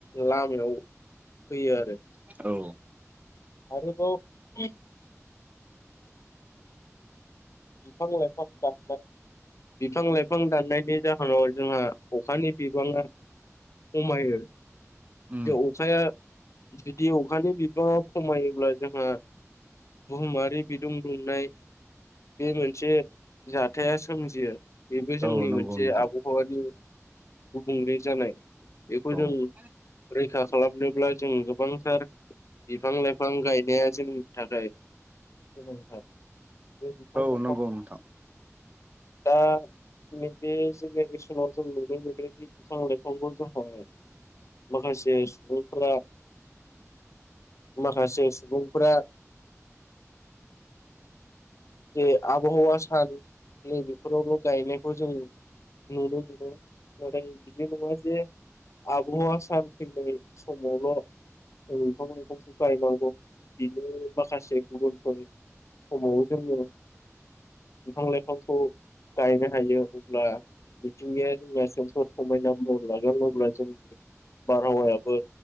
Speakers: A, on the left (about 65°); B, on the right (about 30°).
A: लामायाव फैयो आरो
B: औ
A: आरोबाव <unintelligible> बिफां लाइफां दाननाय बिफां लाइफां दाननायनि जाहोनाव जोंहा अखानि बिबाङा खमायो।
B: उम
A: जे अखाया बे अखानि बिबाङा खमायोब्ला जोंहा बुहुमा से दै बिदुं दुंनाय बे मोनसे जा जाथाया सोमजियो बेबो जोंनि
B: औ नंगौ
A: मोनसे
B: नोंथां
A: आबहावानि गुबुंले जानाय बेखौ जों
B: औ
A: ब्रै रैखा खालामनोब्ला जों गोबांथार बिफां लाइफां गायनाया जोंनि थाखाय गोनांथार। बे बिफां
B: औ
A: लाइफां
B: नंगौ नोंथां।
A: दा नैबे जेनेरेसनाव जों नुनो मोनोदि बिफां लाइफांखौ <unintelligible> माखासे सुबुंफोरा माखासे सुबुंफोरा जे आबहावा सान नैबेफोरावल' गायनायखौ जों नुनो मोनो आरो बिदि नङा जे आबावा सान फैनाय समावल' बिफां लाइफां फो गायनांगौ बिनो माखासे गुगोलफोर समाव जोङो बिफां लाइफांखौ गायनो हायो अब्ला मिथिंगाया जोंना सोबोद समायना महर लागोन अब्ला जों बारहावायाबो